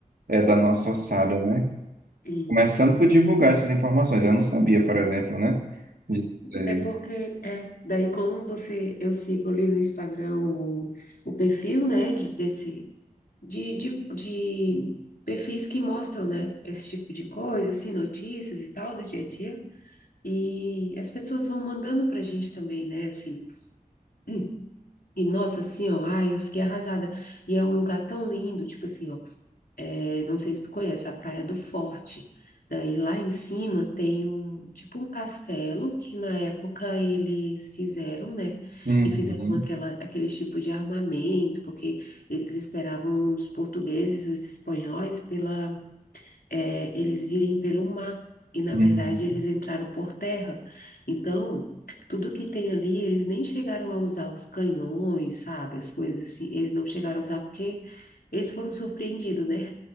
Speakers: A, on the right; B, on the left.
A: é da nossa ossada, né?
B: Isso.
A: Começando por divulgar essas informações. Eu não sabia, por exemplo, né? Disso aí.
B: É, é porque, é, daí como você, eu sigo ali no Instagram o, o perfil, né, de, desse, de, de, de perfis que mostram, né, esse tipo de coisa, assim, notícias e tal, do dia a dia, e as pessoas vão mandando pra gente também, né, assim, <clears throat> e nossa, assim, ó, ai, eu fiquei arrasada, e é um lugar tão lindo, tipo assim, ó, eu não sei se tu conhece a Praia do Forte. Daí lá em cima tem um tipo um castelo que na época eles fizeram, né?
A: Uhum,
B: E fizeram aquela, aquele tipo de armamento, porque eles esperavam os portugueses e os espanhóis pela, eh, eles virem pelo mar. E na
A: uhum,
B: verdade eles entraram por terra. Então, tudo que tem ali, eles nem chegaram a usar os canhões, sabe? As coisas assim, eles não chegaram a usar porque eles foram surpreendidos, né?